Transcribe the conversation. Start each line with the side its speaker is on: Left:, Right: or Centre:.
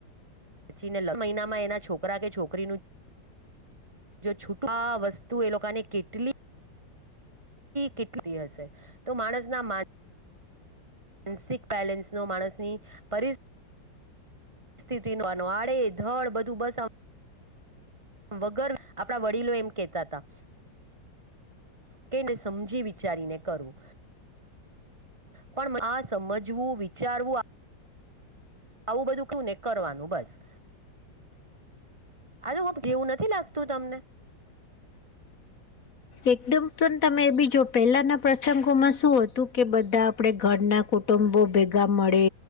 Right: પછી ને લ મહિનામાં એના છોકરા કે છોકરીનું જો છુટા વસ્તુ એ લોકોને કેટલી કેટલી હશે તો માણસ ના મા માનસિક બેલેન્સ નો માણસની પરિ- સ્થિતિ ન આડે ધડ બધું બસ- વગર આપણા વડીલો એમ કેતા હતા. કેને સમજી વિચારીને કરવું પણ આ સમજવું વિચારવું. આવું બધું કું ને કરવાનું બસ. અરે હ જેવું નથી લાગતું તમને?
Left: એકદમ પણ તમે એ બી જો પહેલાના પ્રસંગોમાં શું હતું કે બધું- આપણે ઘરના કુટુંબો ભેગા મળે